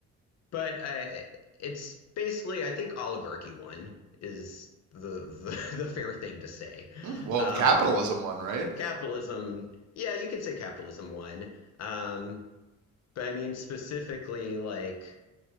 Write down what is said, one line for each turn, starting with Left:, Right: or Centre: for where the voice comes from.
Left: But uh, it's basically, I think oligarchy won is the the, <laughs> the fair thing to say.
Right: Hmm, well,
Left: Um,
Right: capitalism won, right?
Left: capitalism, yeah, you could say capitalism won. Um, but I mean specifically, like,